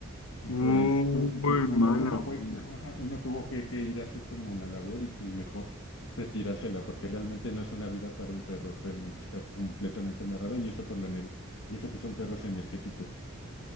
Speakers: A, on the left (about 60°); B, on the left (about 85°).
A: Y
B: Muy
A: pues, tú- pues uno,
B: mala
A: uno
B: onda.
A: fue, como, ajá, uno tuvo que, que ir a hacer como la labor y, y mejor retirársela, porque realmente no es una vida para un perro, realmente estar completamente amarrado y eso por la ener- y eso que son perros energéticos.